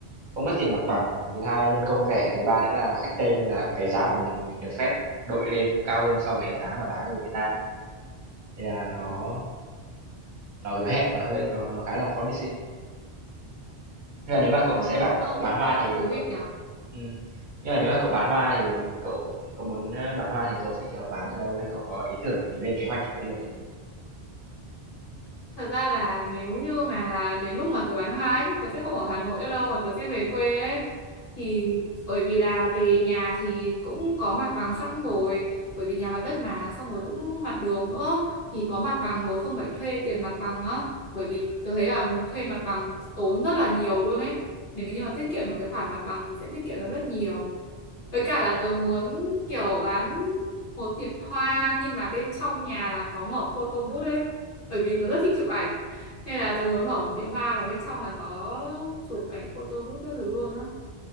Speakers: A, on the right; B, on the left.
A: không mất tiền mặt bằng, thứ hai nhân công rẻ, thứ ba nữa là khách Tây nên là cái giá của mình mình được phép đội lên cao hơn so với giá mà bán ở Việt Nam ấy, nên là nó Nó hứa hẹn, nó hơi nó nó khá là promising. Nhưng mà nếu mà
B: ờ
A: cậu sẽ bán
B: ờ,
A: cậu
B: nghe
A: bán hoa
B: nghe cũng
A: thì
B: thú
A: cậu
B: vị nhỉ
A: ừm, nhưng mà nếu mà cậu bán hoa thì cậu cậu muốn, ơ, bán hoa thì cậu sẽ, kiểu, bán ở đâu ấy? Cậu có ý tưởng gì lên kế hoạch cho cái điều đấy không?
B: Thật ra là nếu như mà đến lúc mà tớ bán hoa ấy, chắc tớ sẽ không ở Hà Nội nữa đâu mà tớ sẽ về quê ấy. Thì bởi vì là về nhà thì cũng có mặt bằng sẵn rồi, bởi vì nhà mặt đất mà xong rồi cũng mặt đường nữa thì có mặt bằng rồi không phải thuê tiền mặt bằng á. Bởi vì tớ thấy là thuê mặt bằng tốn rất là nhiều luôn ấy. Nếu như mà tiết kiệm được cái khoản mặt bằng thì sẽ tiết kiệm được rất nhiều. Với cả là tớ muốn kiểu bán một tiệm hoa nhưng mà bên trong nhà là có mở photo booth ấy. Bởi vì tớ rất thích chụp ảnh. Nên là tớ muốn mở một tiệm hoa và bên trong là có chụp ảnh photo booth các thứ luôn á.